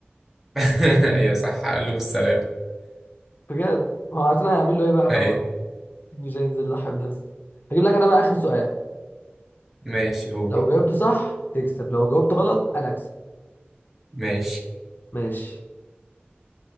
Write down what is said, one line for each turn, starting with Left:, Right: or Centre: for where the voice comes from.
Centre: <laughs> ايوه صح قال له بالسلامة
Left: بجد هو عشان هيعمل له ايه بقى خلاص
Centre: ايوه
Left: مش هينزل يضحي بنفسه هجيب لك انا بقى اخر سؤال
Centre: ماشي قول
Left: لو جاوبته صح تكسب لو جاوبته غلط انا اكسب
Centre: ماشي
Left: ماشي